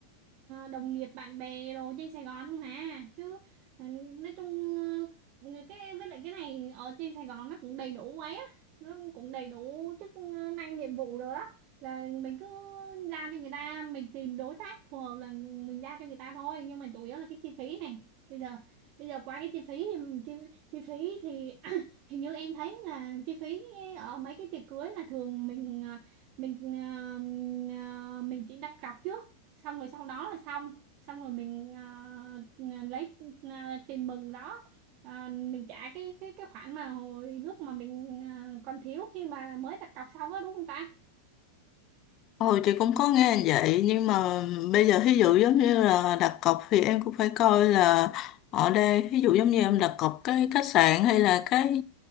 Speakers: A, on the right; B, on the left.
A: đồng nghiệp bạn bè đồ trên Sài Gòn không hả chứ ừ, nói chung ừ, cái với lại cái này ở trên Sài Gòn nó cũng đầy đủ ấy á nó cũng đầy đủ chức năng nhiệm vụ rồi đó là mình cứ ra cho người ta mình tìm đối tác phù hợp là mình ra cho người ta thôi nhưng mà chủ yếu là cái chi phí này bây giờ bây giờ qua cái chi phí thì chi, chi phí thì <clears throat> hình như em thấy là chi phí ở mấy cái tiệc cưới là thường mình à, mình à, à, mình chỉ đặt cọc trước xong rồi sau đó là xong xong rồi mình à, à, lấy à, tiền mừng đó à, mình trả cái cái cái khoản mà hồi lúc mà mình à, còn thiếu khi mà mới đặt cọc xong đó đúng không ta
B: Ồ, chị cũng có nghe vậy nhưng mà bây giờ ví dụ giống như là đặt cọc thì em cũng phải coi là ở đây ví dụ giống như em đặt cọc cái khách sạn hay là cái